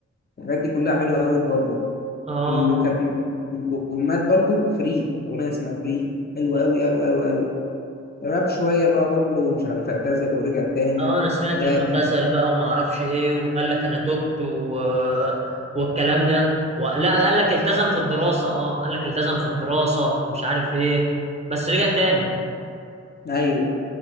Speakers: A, on the left; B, on the right.
A: الحاجات دي كلها حلوة قوي البابلو
B: آه
A: اللي كانت م- البومات برضو فري اغنية اسمها فري حلوة قوي قوي قوي قوي غاب شوية بقى بابلو ومش عارف اعتزل ورجع تاني
B: آه أنا سمعت
A: غاب
B: إنه اعتزل بقى وما أعرفش إيه وقال لك أنا تبت و... والكلام ده و... لا قال لك التزم في الدراسة آه قال لك التزم في الدراسة ومش عارف إيه بس رجع تاني
A: ايوه